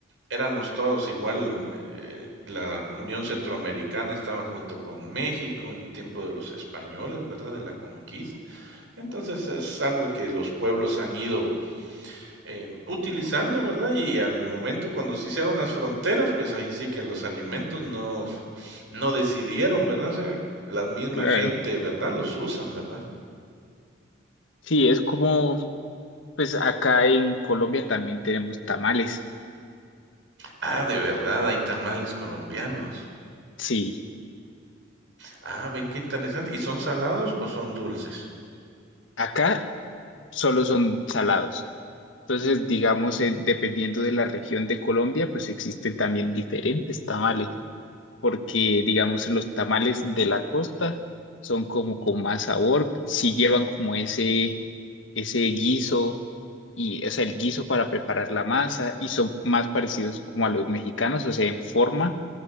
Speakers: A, on the right; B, on the left.
A: éramos todos igual, eh, la Unión Centroamericana estaba junto con México en tiempo de los españoles, ¿verdad? De la conquista. Entonces es algo que los pueblos han ido eh, utilizando, ¿verdad? Y al momento cuando se hicieron las fronteras, pues ahí sí que los alimentos no, no decidieron, ¿verdad? O sea, la misma
B: Claro.
A: gente, ¿verdad? Los usan, ¿verdad?
B: Sí, es como, pues acá en Colombia también tenemos tamales.
A: Ah, de verdad, hay tamales colombianos.
B: Sí,
A: Ah, ven qué interesante. ¿Y son salados o son dulces?
B: acá solo son salados. Entonces, digamos, eh, dependiendo de la región de Colombia, pues existen también diferentes tamales, porque, digamos, los tamales de la costa son como con más sabor, si llevan como ese, ese guiso, y, o sea, el guiso para preparar la masa, y son más parecidos como a los mexicanos, o sea, en forma,